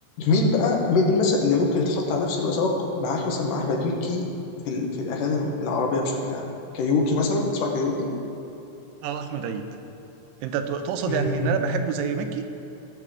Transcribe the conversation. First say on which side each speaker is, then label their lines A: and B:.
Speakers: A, on the left (about 75°); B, on the right (about 85°).
A: مين بقى مين مثلا اللي ممكن يتحط على نفس الوثائق معاك مثلا مع احمد مكي في ال... في الاغاني العربيه بشكل عام كايروكي مثلا تسمع كايروكي؟
B: اه احمد عيد انت ت- تقصد
A: امم
B: يعني ان انا بحبه زي ميكي